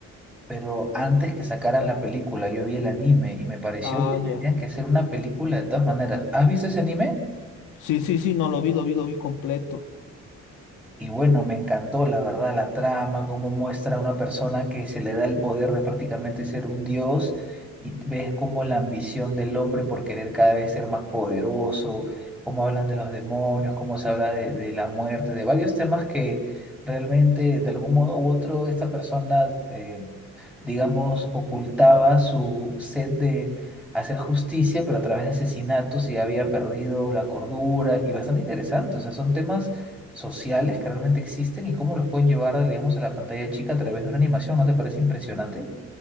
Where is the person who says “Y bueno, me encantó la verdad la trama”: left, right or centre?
Centre